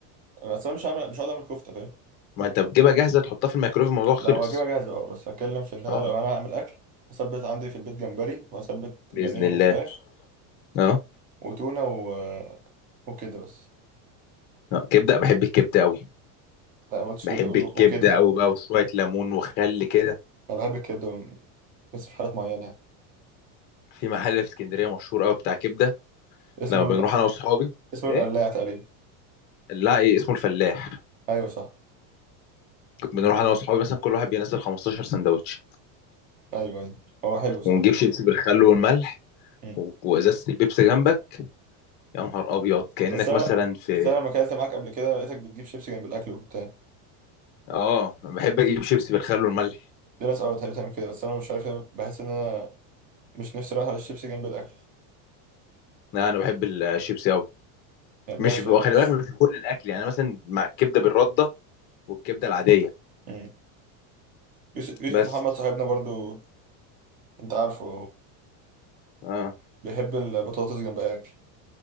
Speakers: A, on the right (about 20°); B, on the left (about 25°).
A: بس انا مش هعمل مش هقعد اعمل كفته فاهم
B: ما انت بتجيبها جاهزه تحطها في الميكرويف الموضوع خلص
A: لو هجيبها جاهزه اه بس هتكلم في ان انا
B: اه
A: لو انا هعمل اكل هثبت عندي في البيت جمبري وهثبت
B: باذن
A: بانيه
B: الله
A: وفراخ
B: اه
A: وتونه و... وكده بس
B: آه. كبده بحب الكبده قوي
A: لا ما قلتش
B: بحب
A: كبده اقول
B: الكبده
A: وكده
B: قوي بقى وشويه ليمون وخل كده
A: انا بحب الكبده بس في حالات معينه يعني.
B: في محل في اسكندريه مشهور قوي بتاع كبده
A: اسمه
B: لما بنروح
A: ال...
B: انا واصحابي
A: اسمه
B: ايه
A: القلاع تقريبا
B: لا ايه اسمه الفلاح
A: ايوه صح
B: بنروح انا واصحابي مثلا كل واحد بينزل 15 سندوتش
A: ايوه ايوه هو حلو صراحه
B: ونجيب شيبسي بالخل والملح
A: مم.
B: و- وازازه البيبسي جنبك يا نهار ابيض كانك
A: بس انا
B: مثلا في
A: بس انا لما اكلت معاك قبل كده لقيتك بتجيب شيبسي جنب الاكل وبتاع
B: اه بحب اجيب شيبسي بالخل والملح
A: في ناس اه بتحب تعمل كده بس انا مش عارف ليه بحس ان انا مش نفسي رايح على الشيبسي جنب الاكل
B: لا انا بحب الشيبسي قوي
A: يعني
B: مش
A: ماشي
B: خلي
A: يعني بس
B: بالك مش في كل الاكل يعني أنا مثلا مع الكبده بالرده والكبده العاديه
A: مم. يوسف... يوسف
B: بس
A: محمد صاحبنا برضو انت عارفه
B: اه
A: بيحب البطاطس جنب الاكل